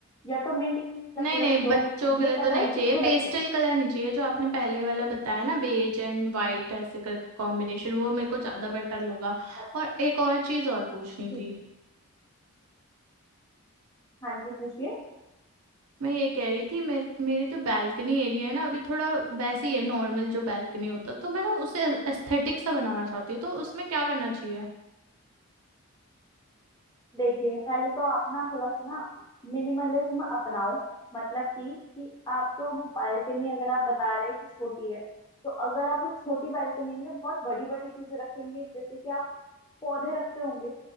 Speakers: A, on the left; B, on the right.
A: या तो मिंट ग्रीन
B: नहीं
A: रख
B: नहीं
A: रख लो
B: बच्चों के
A: ये
B: लिए तो
A: कलर्स
B: नहीं चाहिए
A: अच्छे लगते
B: पेस्टल
A: हैं
B: कलर नहीं चाहिए जो आपने पहले वाला बताया ना बेज एंड वाइट ऐसे करके कॉम्बिनेशन वो मेरे को ज्यादा बेटर लगा
A: अच्छा
B: और एक और चीज और पूछनी
A: ठीक
B: थी
A: है हाँ जी पूछिए
B: मैं ये कह रही थी मेरे मेरे जो बैल्कनी एरिया है ना अभी थोड़ा वैसे ही है नॉर्मल जो बैल्कनी होता है, तो मैं ना उसे एस्थेटिक सा बनाना चाहती हूँ तो उसमें क्या करना चाहिए
A: देखिए पहले तो आप ना थोड़ा सा ना मिनिमलिज्म अपनाओ मतलब कि कि आप जो बालकनी अगर आप बता रहे हैं कि छोटी है तो अगर आप उस छोटी बालकनी में बहुत बड़ी बड़ी चीजें रखेंगे जैसे कि आप पौधे रखते होंगे